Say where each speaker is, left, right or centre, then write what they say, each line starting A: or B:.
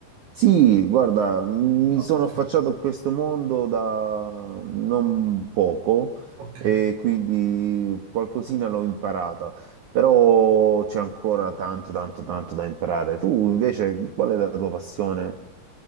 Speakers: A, on the right (about 65°); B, on the right (about 85°).
A: Sì, guarda, mi
B: Mm, Ok,
A: sono affacciato a questo mondo da non poco
B: ok.
A: e quindi qualcosina l'ho imparata, però c'è ancora tanto, tanto, tanto da imparare. Tu invece, qual è la tua passione?